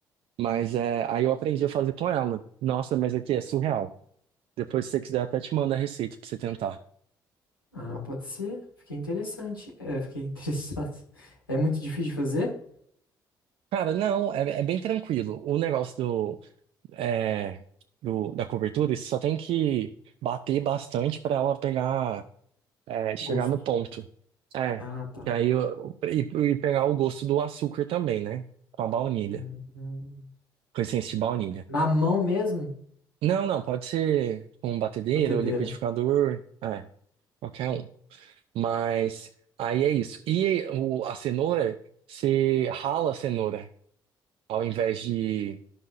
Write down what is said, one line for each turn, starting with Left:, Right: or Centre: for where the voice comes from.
Right: Mas é, aí eu aprendi a fazer com ela. Nossa, mas aqui é surreal. Depois, se você quiser, até te mando a receita pra você tentar.
Left: Ah, pode ser. Fiquei interessante. É, fiquei <laughs> interessado. É muito difícil de fazer?
Right: Cara, não, é, é bem tranquilo. O negócio é, do- da cobertura, você só tem que bater bastante para ela pegar, é, chegar
Left: Gosto.
Right: no ponto. É,
Left: Ah, tá.
Right: e aí eu- e, e pegar o gosto do açúcar também, né? Com a baunilha,
Left: Hum, hum.
Right: com a essência de baunilha.
Left: Na mão mesmo?
Right: Não, não, pode ser com batedeira
Left: Batedeira.
Right: ou liquidificador, é, qualquer um. Mas aí é isso. E o- a cenoura, você rala a cenoura ao invés de